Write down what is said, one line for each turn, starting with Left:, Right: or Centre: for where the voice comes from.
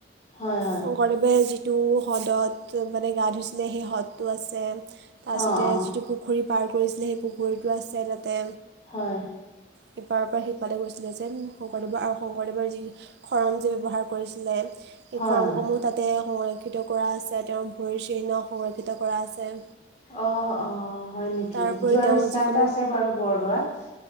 Left: হয় হয় হয়
Right: শংকৰদেৱে যি যিটো হ্ৰদত মানে গা ধুইছিলে, সেই হ্ৰদটো আছে। তাৰপিছতে
Left: অ অ
Right: যিটো পুখুৰী পাৰ কৰিছিলে, সেই পুখুৰীটো আছে তাতে।
Left: হয়।
Right: সিপাৰৰ পৰা সিফালে গৈছিলে যে শংকৰদেৱৰ আৰু শংকৰদেৱৰ যি খৰম যে ব্যৱহাৰ কৰিছিলে। সেই
Left: হয়
Right: খৰমসমূহ
Left: হয়
Right: তাতে সংৰক্ষিত কৰা আছে, তেওঁৰ ভৰিৰ চিহ্ন সংৰক্ষিত কৰা আছে।
Left: অ', অ' হয় নেকি?
Right: তাৰ উপৰি
Left: যোৱাৰ
Right: তেওঁ
Left: ইচ্ছা
Right: যিসমূহ
Left: এটা আছে বাৰু বৰদোৱাত।